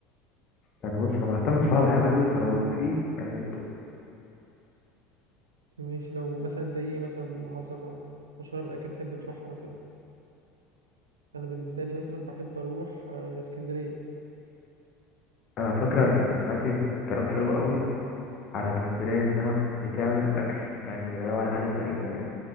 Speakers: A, on the left; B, on the right.
A: يعني بص انا بهتم بصراحه بالحاجات دي فلو في يعني
B: ماشي لو مثلا زي ايه مثلا محافظه ما مشهوره بالاكل بتحب تروحها مثلا انا بالنسبه لي مثلا بحب اروح آه، اسكندريه
A: انا فاكره يعني سمعت كلام حلو قوي على اسكندريه انها بتعمل اكل يعني لا يعلى عليه تقريبا يعني